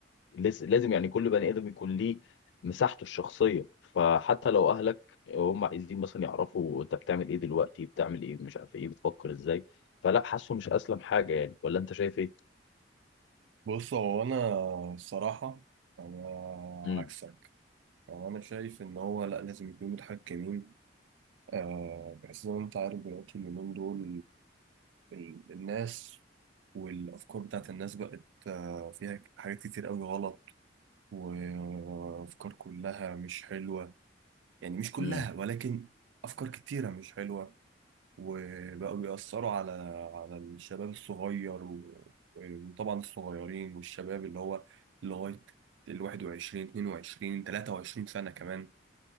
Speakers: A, on the left (about 70°); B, on the right (about 85°).
A: لس- لازم يعني كل بني ادم يكون ليه مساحته الشخصيه فحتى لو اهلك هم عايزين مثلا يعرفوا انت بتعمل ايه دلوقتي بتعمل ايه مش عارف ايه بتفكر ازاي فلا حاسه مش اسلم حاجه يعني ولا انت شايف ايه
B: بص هو انا الصراحة انا
A: امم
B: عكسك انا شايف ان هو لا لازم يكونوا متحكمين آه بحيث زي ما انت عارف دلوقتي اليومين دول ال- الناس والافكار بتاعت الناس بقت آه فيها حاجات كتير قوي غلط وافكار كلها مش حلوة يعني مش كلها
A: امم
B: ولكن افكار كتيرة مش حلوة وبقوا بيأثروا على على الشباب الصغير و- وطبعا الصغيرين والشباب اللي هو لغاية ال 21 22 23 سنة كمان